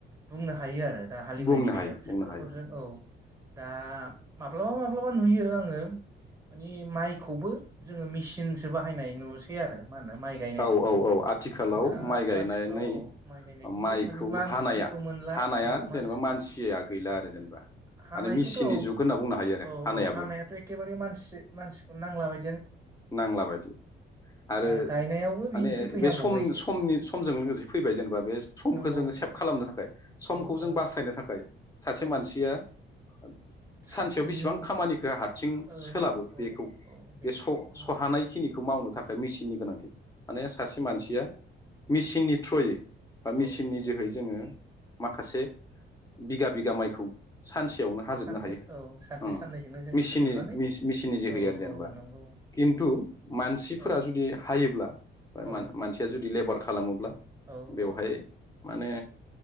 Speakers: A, on the right (about 20°); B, on the left (about 15°).
A: बुंनो हायो आरो दा हालेवनायनि
B: बुंनो
A: बेलायाव
B: हायो
A: ट्रेक्टरफोरजों
B: बुंनो हायो
A: औ दा माब्लाबा माब्लाबा नुयो आङो मानि माइखौ खौबो जोङो मेसििनसो बाहायनाय नुसै आरो मा होनो माइ गायनायखौबो
B: औ औ औ आथिखालाव
A: दा
B: माइ गायनानै
A: आथिखालाव औ माइ गायनायखौबो
B: माइखौ
A: मानिे मानसिखौ
B: हानाया
A: मोनला
B: हानाया
A: औ मानसि
B: जेनेबा मानसिया गैला आरो जेनेबा
A: हानायखौथ'
B: माने मेसिननि
A: औ
B: जुग होनना बुंनो हायो आरो
A: औ
B: हानायाबो
A: औ हानायाथ' एखेबारे मानसि मानसि नांलाबाय
B: नांला बायदि आरो
A: दा गायनायावबो बि
B: माने
A: एसे फैहांबावबायसो
B: बे सम समनि समजों लोगोसे फैबाय जेनेबा बे समखौ
A: नंगौ
B: जोङो
A: बियो
B: सेभ खालामनो थाखाय समखौ
A: औ
B: जों
A: औ
B: बासायनो थाखायोन <inaudible> सासे
A: औ
B: मानसिया आ <inaudible> सानसेयाव
A: हारसिंनो
B: बेसेबां खामानिखौ हारसिं
A: औ
B: सोलाबो
A: औ
B: बेखौ
A: औ बेखौ
B: बे स'
A: नंगौ
B: खिनिखौ मावनो थाखाय मेसिननि गोनांथि माने सासे मानसिया
A: नंगौ
B: मेसिननि थ्रयै बा मेसिननि
A: औ औ
B: जोहै जोङो माखासे बिगा बिगा माइखौ सानसेयावनो हाजोबनो
A: सानसे
B: हायोेसिननि
A: औ सानसे साननैजोंनो जों फोजोबनानै
B: मेसिननि जे
A: औ
B: होयो आरो जेनेबा
A: औ नंगौ
B: खिन्थु मानसिफोरा
A: औ
B: जुदि हायोब्ला
A: औ
B: मान मानसिया जुदि दिडिलेभार खालामोब्ला
A: औ
B: बेवहाय
A: औ
B: माने